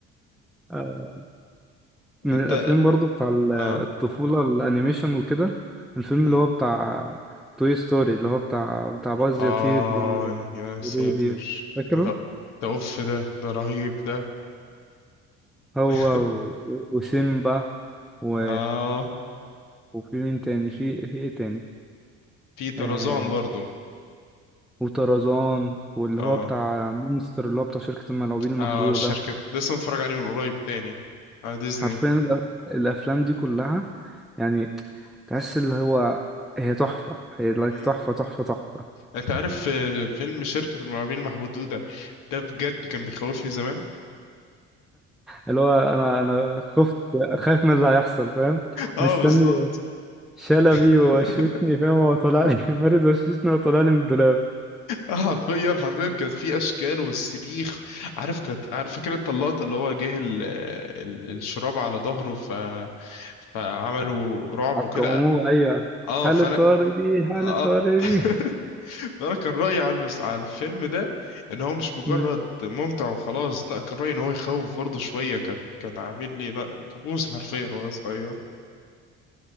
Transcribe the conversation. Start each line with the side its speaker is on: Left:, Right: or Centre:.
Centre: آه. من
Left: انت
Centre: الأفلام برضو بتاع ال-
Left: اه
Centre: الطفولة الأنيميشن وكده الفيلم
Left: مم.
Centre: اللي هو بتاع توي ستوري اللي هو بتاع بتاع باز
Left: اه
Centre: يطير و-
Left: يا ساتر
Centre: ودودي فاكره
Left: ده ده ده اوف ده ده رهيب ده
Centre: هو
Left: <laughs>
Centre: و... وسيمبا و...
Left: اه
Centre: وفي مين تاني في في إيه تاني
Left: في طرزان
Centre: آه...
Left: برضو
Centre: وطرزان واللي
Left: اه
Centre: هو بتاع مونستر اللي هو بتاع شركة الملاعبين المحدودة
Left: اه الشركة
Centre: ده
Left: لسه متفرج عليه من قريب تاني على ديزني
Centre: حرفيا الأ- الافلام دي كلها يعني تحس اللي هو هي تحفه هي لايك
Left: مم.
Centre: تحفه تحفه تحفه
Left: انت عارف آه، فيلم شركة المرعبين المحدودة ده بجد كان بيخوفني زمان
Centre: اللي هو انا انا خفت خايف من اللي هيحصل فاهم
Left: اه
Centre: مستني
Left: بالظبط
Centre: شلبي
Left: <laughs>
Centre: وشوشني فاهم هو طلع لي <laughs> مارد وشوشني وطلع لي من الدولاب
Left: آه، حرفيا حرفيا كانت في اشكال والصريخ عارف كانت عارف فاكر انت اللقطه اللي هو جه ال... ال... الشراب على ظهره ف فعملوا رعب
Centre: عقموه
Left: وكده
Centre: ايوه
Left: اه
Centre: حالة
Left: فانا
Centre: طارق دي حالة
Left: اه
Centre: طارق
Left: <laughs>
Centre: دي
Left: انا كان رايي على المس... على الفيلم ده ان هو مش مجرد
Centre: مم.
Left: ممتع وخلاص لا كان رايي ان هو يخوف برضه شويه كان كان عامل لي لا كابوس حرفيا وانا صغير